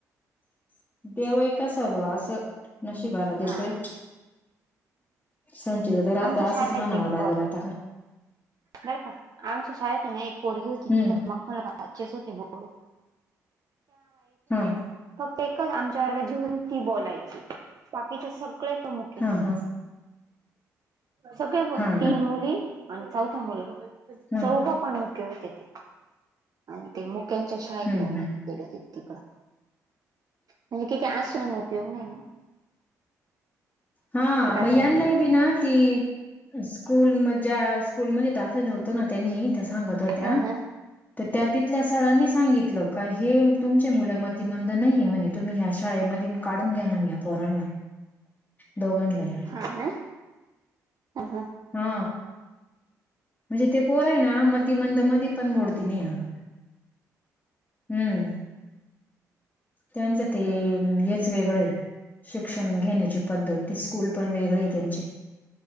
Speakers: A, on the left; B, on the right.
A: देवय कस ब असं नशिबाला
B: हा
A: दिसय <unintelligible> संचचा तर आता
B: आमच्या
A: असंच
B: शाळेत
A: म्हनावं
B: एक
A: लागेल आता काय
B: बर का आमच्या शाळेत ना एक पोरगी होती
A: हम्म
B: म्हे मग मला भाचेच होते बोड <unintelligible>
A: हा
B: फक्त एकच आमच्या वर्ग जी हुती ती बोलायची बाकीचे सगळे प्रमुखे
A: हा
B: होते
A: हा.
B: सगळे बोल
A: हा ना
B: तीन मुली आणि चौथा मुलगा
A: ह
B: चौघ- पण मुके होते, ते आणि ते मुक्यांच्या शाळेत
A: हम्म
B: ने होत <unintelligible> तिकडं म्हणजे किती आसुन उपयोग नाही ना?
A: हा
B: एकाचा
A: म यानला
B: हे नाही
A: बी ना ती स्कूल म ज्या स्कूलमध्ये टाकलेलं होतं ना, त्यांनी त्या सांगत होत्या,
B: अ ह
A: तर त्या तिथल्या सरांनी सांगितलं का, हे तुमचे मुलं मती मंद नाहीेये म्हणे. तुम्ही ह्या शाळे मधून काढून घ्या म्हणले या पोरांना. दोघांना ही.
B: हा ना ह ह.
A: हा. म्हणजे ते पोर आहे, ना मती मंद मध्ये पण मोडती नाही अगं. हम्म! त्यांच ते हेच वेगळं ये शिक्षण घेण्याची पद्धत, ते स्कूल पण वेगळे आहे त्यांचे.